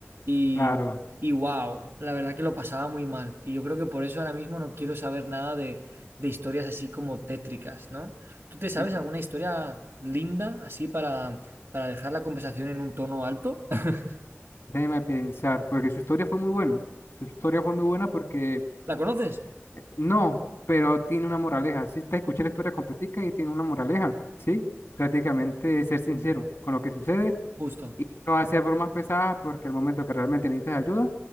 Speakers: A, on the right; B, on the left.
A: y...
B: claro.
A: Y wow, la verdad que lo pasaba muy mal. Y yo creo que por eso ahora mismo no quiero saber nada de, de historias así como tétricas, ¿no? ¿Tú te sabes
B: L-
A: alguna historia linda así para, para dejar la conversación en un tono alto? <laughs>
B: Déjeme pensar, porque su historia fue muy buena. Su historia fue muy buena porque
A: ¿La conoces?
B: no, pero tiene una moraleja. si te escuché la historia completica y tiene una moraleja, ¿sí? Prácticamente ser sincero con lo que sucede
A: Justo.
B: y no hacer bromas pesadas porque al momento que realmente necesitas ayuda,